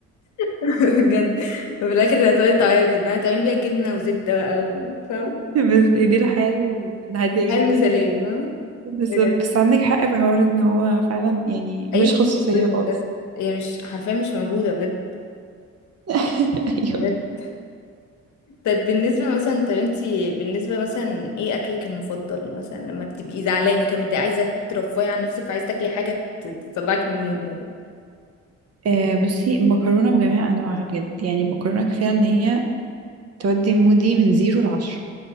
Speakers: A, on the left; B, on the right.
A: <laughs> بجد ففي الاخر هتقعدي تعيطي بقى هتعملي بيها جبنه وزبده بقى و- فاهمه
B: <laughs> بس دي الحياه الهاديه
A: الحياه
B: جدا
A: المثاليه فاهمه
B: بس
A: بجد
B: بس عندك حق في حوار ان هو فعلا يعني
A: اي
B: مفيش
A: في
B: خصوصيه
A: شخصيه
B: خالص
A: بجد هي مش حرفيا مش موجوده بجد
B: <laughs> ايوه
A: بجد طيب بالنسبه مثلا طب انتي بالنسبه مثلا ايه اكلك المفضل مثلا لما بتبقي زعلانه كده متضايقه عايزه ترفهي عن نفسك فعايزه تاكلي حاجه ت- تطلعك من المود مثلا
B: آه بصي المكرونة بجميع أنواعها بجد يعني المكرونة كفاية إن هي تودي مودي من زيرو لعشرة